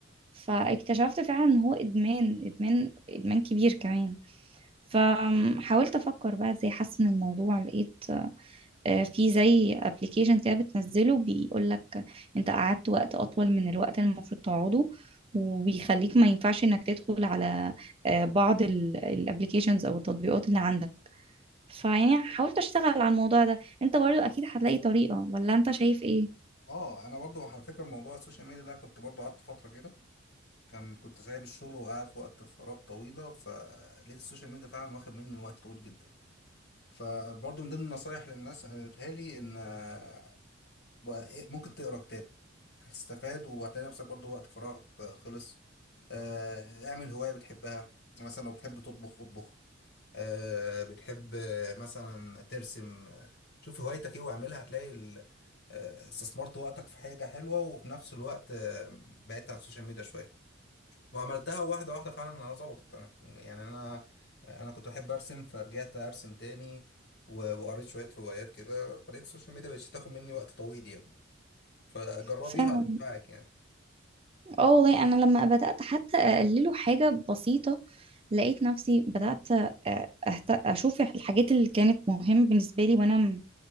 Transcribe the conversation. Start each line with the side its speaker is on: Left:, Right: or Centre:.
Right: فاكتشفت فعلا ان هو ادمان ادمان ادمان كبير كمان فحاولت افكر بقى ازاي احسن الموضوع لقيت آه، في زي ابلكيشن كده بتنزله بيقول لك انت قعدت وقت اطول من الوقت اللي المفروض تقعده وبيخليك ما ينفعش انك تدخل على آه، بعض الابلكيشنز او التطبيقات اللي عندك فيعني حاولت اشتغل على الموضوع ده انت برضو اكيد هتلاقي طريقة ولا انت شايف ايه
Left: اه انا برضو على فكره موضوع السوشيال ميديا ده كنت برضو قعدت فتره كده كان كنت سايب الشغل وقاعد في وقت فراغ طويله فلقيت السوشيال ميديا فعلا واخد مني وقت طويل جدا فبرضو من ضمن النصايح للناس اللي قالتها لي ان آه، بقى إيه، ممكن تقرا كتاب هتستفاد وهتلاقي نفسك برضو وقت فراغك آه، خلص آه، اعمل هوايه بتحبها مثلا لو بتحب تطبخ اطبخ آه، بتحب آه، مثلا ترسم آه، شوف هوايتك ايه واعملها هتلاقي ال- آه، استثمرت وقتك في حاجة حلوة وفي نفس الوقت آه، بعدت عن السوشيال ميديا شوية وعملتها واحدة واحدة فعلا انا ظبطت انا يعني انا انا كنت بحب ارسم فرجعت ارسم تاني و- وقريت شوية روايات كده فلقيت السوشيال ميديا مبقتش تاخد مني وقت طويل يعني فجربيها
Right: فعلا
Left: هتنفعك يعني
Right: اه والله انا لما بدات حتى اقلله حاجه بسيطه لقيت نفسي بدات أ- أهت... اشوف الحاجات اللي كانت مهمه بالنسبه لي وانا م-